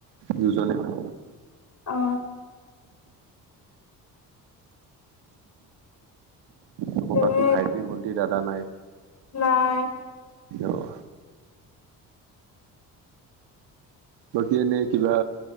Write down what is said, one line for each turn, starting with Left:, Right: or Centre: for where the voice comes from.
Right: দুজনে মানে।
Left: অ।
Right: আকৌ
Left: তেনে
Right: বাকী ভাইটি ভণ্টি দাদা নাই।
Left: নাই।
Right: অহ। বাকী এনেই কিবা।